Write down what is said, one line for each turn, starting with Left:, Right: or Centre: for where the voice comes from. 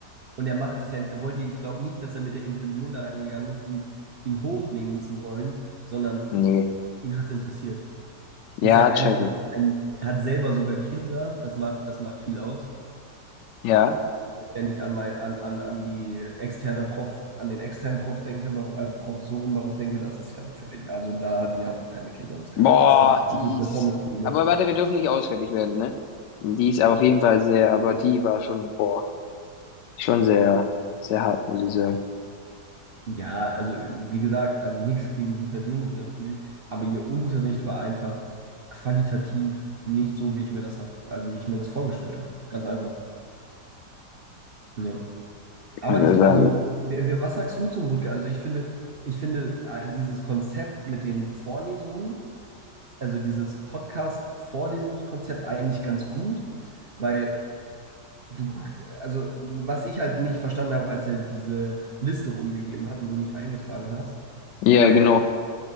Right: Und er macht das ja, er wollte, ich glaube nicht, dass er mit der Intention da reingegangen ist, ihn, ihn hochnehmen zu wollen, sondern
Left: Nee.
Right: ihn hat es interessiert.
Left: Ja,
Right: Ich sage ehrlich,
Left: check
Right: das
Left: ich.
Right: ist ein, er hat selber sogar Kinder, das macht, das macht viel aus.
Left: Ja.
Right: Also, wenn ich an, mein, an, an, an die externe Prof, an den externen Prof denke, bei, äh, Professoren bei uns denke, das ist ja eine völlig, also da, die hat auch keine Kinder, das kann
Left: Boah,
Right: gar nicht sein. Die hat
Left: die
Right: höchstens
Left: ist.
Right: eine Pommesbude.
Left: Aber warte, wir dürfen nicht ausfällig werden, ne? Die ist aber auf jeden Fall sehr, aber die war schon, boah, schon sehr, sehr hart, muss ich sagen.
Right: Ja, also wie gesagt, also nichts gegen sie persönlich natürlich, aber ihr Unterricht war einfach qualitativ nicht so, wie ich mir das hab, also wie ich mir das vorgestellt habe. Ganz einfach. Ja. Aber
Left: Also
Right: ich,
Left: sagen.
Right: also, wer- wer- was sagst du zum Wutke? Also ich finde, ich finde äh, dieses Konzept mit den Vorlesungen also dieses Podcast-Vorlesungskonzept eigentlich ganz gut, weil du, also was ich halt nicht verstanden habe, als er diese Liste rumgegeben hat, wo du mich eingetragen hast,
Left: Ja,
Right: weil
Left: genau.